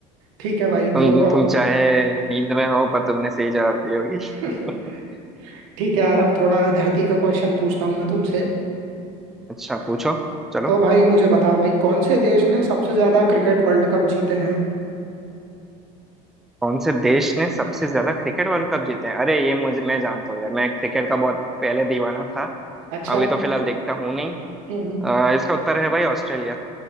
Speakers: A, on the right; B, in the centre.
A: ठीक है भाई
B: तुम
A: तो
B: तुम
A: आ,
B: चाहे नींद में हो पर तुमने सही जवाब दी होगी
A: <laughs>
B: <laughs>
A: ठीक है यार अब थोड़ा धरती का क्वेश्चन पूछता हूँ मैं तुमसे
B: अच्छा पूछो चलो
A: तो भाई मुझे बता भाई कौन से देश ने सबसे ज्यादा क्रिकेट वर्ल्ड कप जीते हैं
B: कौन से देश ने सबसे ज्यादा क्रिकेट वर्ल्ड कप जीते हैं अरे ये मुझे मैं जानता हूँ यार मैं क्रिकेट का बहुत पहले दीवाना था
A: अच्छा
B: अभी तो फिलहाल देखता हूँ नहीं
A: हम्म हम्म,
B: अ, इसका उत्तर है भाई ऑस्ट्रेलिया